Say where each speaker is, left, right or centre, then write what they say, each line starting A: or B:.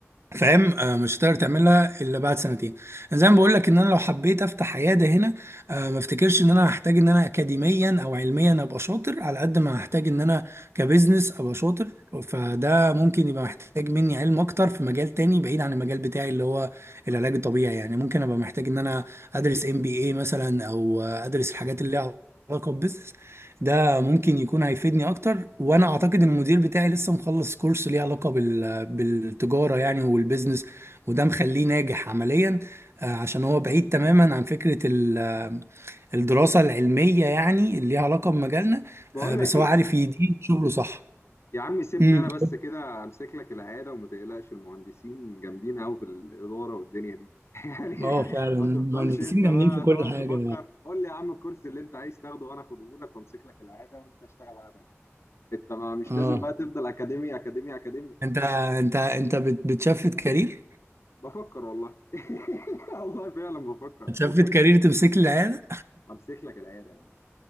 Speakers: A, on the right; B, on the left.
A: فاهم آه، مش هتقدر تعملها الا بعد سنتين يعني زي ما بقول لك ان انا لو حبيت افتح عياده هنا آه، ما افتكرش ان انا هحتاج ان انا اكاديميا او علميا ابقى شاطر على قد ما هحتاج ان انا كبزنس ابقى شاطر فده ممكن يبقى محتاج مني علم اكتر في مجال تاني بعيد عن المجال بتاعي اللي هو العلاج الطبيعي يعني ممكن ابقى محتاج ان انا ادرس ام بي اي مثلا او آه، ادرس الحاجات اللي ليها علاقه ببزنس ده ممكن يكون هيفيدني اكتر وانا اعتقد ان المدير بتاعي لسه مخلص كورس ليه علاقه بال... بالتجاره يعني والبيزنس وده مخليه ناجح عمليا آه، عشان هو بعيد تماما عن فكره ال... آه، الدراسه العلميه يعني اللي ليها علاقه بمجالنا
B: بقول
A: آه، بس
B: لك ايه
A: هو عارف يدير شغله صح
B: يا عم سيبني
A: امم
B: انا بس كده امسك لك العياده وما تقلقش المهندسين جامدين قوي في الاداره والدنيا دي <laughs> يعني
A: اه فعلا المهندسين
B: ما تفضلش انت
A: جامدين
B: بقى
A: في كل
B: تقعد
A: حاجه
B: تفكر قول لي يا عم الكورس اللي انت عايز تاخده وانا اخده لك وامسك لك العياده وانت اشتغل عملي انت ما مش
A: اه
B: لازم بقى تفضل اكاديمي اكاديمي اكاديمي
A: انت انت انت بت- بتشفت كارير
B: بفكر والله <laughs> والله فعلا بفكر
A: بتشفت كارير تمسك لي العيال
B: امسك لك العياده